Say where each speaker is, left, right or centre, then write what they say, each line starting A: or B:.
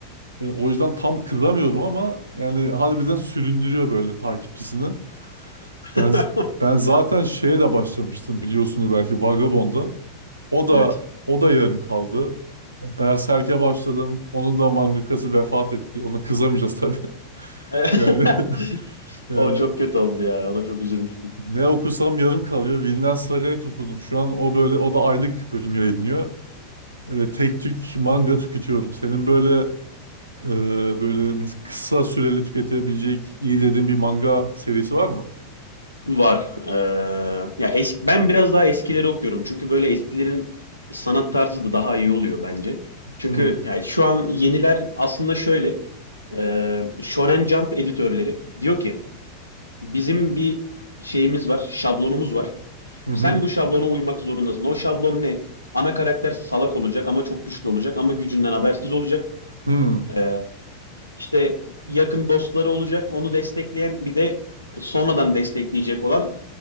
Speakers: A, on the right; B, on the left.
A: E, o yüzden tam kızamıyorum ama yani harbiden süründürüyor böyle takipçisini.
B: <laughs>
A: Ben ben zaten şeye de başlamıştım biliyorsunuz belki Vagabond'a. O da
B: Evet.
A: o da yarım kaldı. E, Berserk'e başladım. Onun da mangakası vefat etti. Ona kızamayacağız tabii. <laughs>
B: <laughs>
A: Yani Yani
B: O çok kötü oldu ya. Ona çok üzülmüştüm.
A: ne okusam yarım kalıyor. Vinland Saga'ya tutundum. Şu an o böyle o da aylık bölüm yayınlıyor. Öyle tek tük manga tüketiyorum. Senin böyle e, böyle nasıl kısa süreli tüketebilecek iyi dediğin bir manga serisi var mı?
B: Var. Eee, ya es- ben biraz daha eskileri okuyorum. Çünkü böyle eskilerin sanat tarzı da daha iyi oluyor bence. Çünkü
A: Hmm.
B: yani şu an yeniler aslında şöyle. eee Shonen Jump editörleri diyor ki bizim bir şeyimiz var, şablonumuz var.
A: Hı
B: Sen
A: hı.
B: bu şablona uymak zorundasın. O şablon ne? Ana karakter salak olacak ama çok güçlü olacak ama gücünden habersiz olacak.
A: Hmm.
B: Eee işte yakın dostları olacak. Onu destekleyen bir de sonradan destekleyecek olan